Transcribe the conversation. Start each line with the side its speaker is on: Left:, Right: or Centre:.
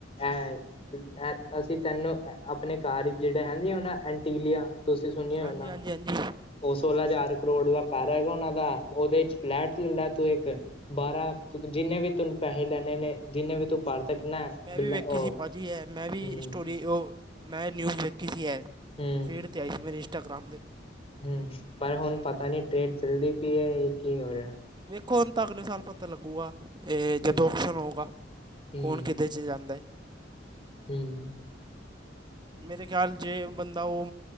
Left: ਐ ਤੇ ਐ ਅਸੀਂ ਤੈਨੂੰ ਆਪਣੇ ਘਰ ਵਿਚ ਜੇੜਾ ਹੈਦੀ ਆ ਨਾ ਐਂਟੀਲੀਆ ਤੁਸੀਂ ਸੁਣਿਆ
Right: ਹਾਂਜੀ
Left: ਹੋਨਾ
Right: ਹਾਂਜੀ ਹਾਂਜੀ ਮੈਂ
Left: ਓ ਸੋਲਾਂ ਹਜ਼ਾਰ ਕਰੋੜ <unintelligible> ਘਰ ਹੈਗਾ ਓਨਾ ਦਾ ਓਦੇ ਚ ਫਲੈਟ ਲੈਲਾ ਤੂੰ ਇੱਕ ਬਾਰਾਂ ਜਿੰਨੇ ਵੀ ਤੁਨ ਪੈਸੇ ਲੈਣੇ ਨੇ ਜਿੰਨੇ ਵੀ ਤੂੰ ਭਰ
Right: ਹਾਂਜੀ
Left: ਸਕਣਾ
Right: ਮੈਂ
Left: ਬਲ
Right: ਵੀ ਵੇਖੀ
Left: ਉਹ
Right: ਸੀ ਭਾਜੀ ਐ ਮੈਂ ਵੀ
Left: ਹੂੰ
Right: ਸਟੋਰੀ ਓ ਮੈਂ ਨਿਊਜ਼ ਵੇਖੀ ਸੀ ਐ।
Left: ਹੂੰ।
Right: ਫੀਡ ਤੇ ਆਈ ਸੀ ਮੇਰੇ ਇੰਸਾਗ੍ਰਾਮ ਦੇ।
Left: ਹੂੰ ਪਰ ਹੁਣ
Right: ਹੂੰ
Left: ਪਤਾ
Right: ਹੂੰ
Left: ਨੀ ਟਰੇੇਡ ਚੱਲਦੀ ਪਈ ਐ ਏ ਕੀ ਹੋ ਰਿਐ।
Right: ਵੇਖੋ ਹੁਣ ਤਾਂ ਅਗਲੇ ਸਾਲ ਪਤਾ ਲੱਗੂਗਾ ਏ ਜਦੋਂ
Left: ਹੂੰ
Right: ਓਪਸ਼ਨ ਹੋਊਗਾ
Left: ਹੂੰ
Right: ਕੌਣ ਕਿਤੇ ਚ ਜਾਂਦੈ।
Left: ਹੂੰ।
Right: ਮੇਰੇ ਖਿਆਲ ਜੇ ਬੰਦਾ ਓ।